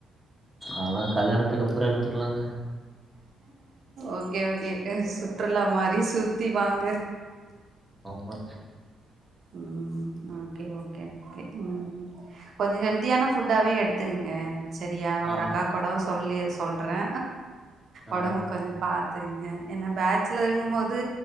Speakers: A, in the centre; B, on the right.
A: அதலா கல்யாணத்துக்கப்றோ இருந்துக்கலாங்க
B: ஓகே ஓகே சுற்றுலா மாரி சுத்தி வாங்க
A: ஆமா
B: ம் ஓகே ஓகே ஓகே ம் கொஞ்சோ ஹெல்தியான ஃபுட்டாவே எடுத்துங்க செரியா நா
A: ஆ,
B: ஒரு அக்காகூடோ சொல்லி சொல்றே
A: ஆ,
B: ஒடம்பு கொஞ்சோ பாத்துங்க ஏனா பேச்சுலர்ங்கு போது